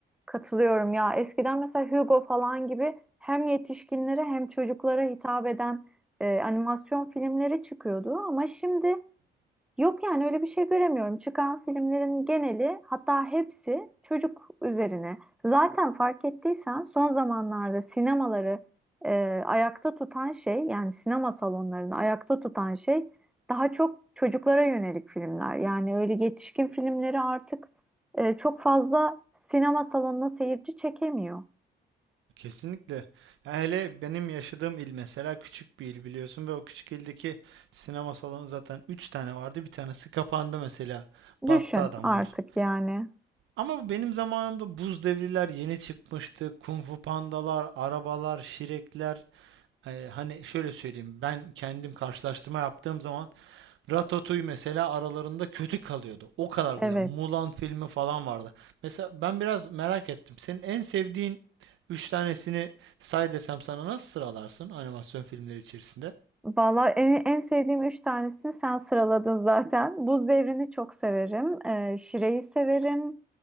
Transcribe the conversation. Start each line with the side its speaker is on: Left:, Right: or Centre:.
Centre: katılıyorum ya. Eskiden mesela Hugo falan gibi hem yetişkinlere hem çocuklara hitap eden e, animasyon filmleri çıkıyordu. Ama şimdi Yok yani öyle bir şey göremiyorum. Çıkan filmlerin geneli hatta hepsi çocuk üzerine. Zaten fark ettiysen son zamanlarda sinemaları e, ayakta tutan şey yani sinema salonlarını ayakta tutan şey daha çok çocuklara yönelik filmler. Yani öyle yetişkin filmleri artık e, çok fazla sinema salonuna seyirci çekemiyor.
Right: Kesinlikle. Ya hele benim yaşadığım il mesela küçük bir il biliyorsun ve o küçük ildeki sinema salonu zaten 3 tane vardı. Bir tanesi kapandı mesela.
Centre: Düşün
Right: Battı adamlar.
Centre: artık yani.
Right: Ama bu benim zamanımda buz devriler yeni çıkmıştı. Kung Fu pandalar, arabalar, şirekler. Ee, hani şöyle söyleyeyim. Ben kendim karşılaştırma yaptığım zaman Ratatouille mesela aralarında kötü kalıyordu. O kadar güzel.
Centre: Evet.
Right: Mulan filmi falan vardı. Mesela ben biraz merak ettim. Senin en sevdiğin üç tanesini say desem sana nasıl sıralarsın animasyon filmleri içerisinde?
Centre: Valla en, en sevdiğim üç tanesini sen sıraladın zaten. Buz Devri'ni çok severim. E, Şire'yi severim.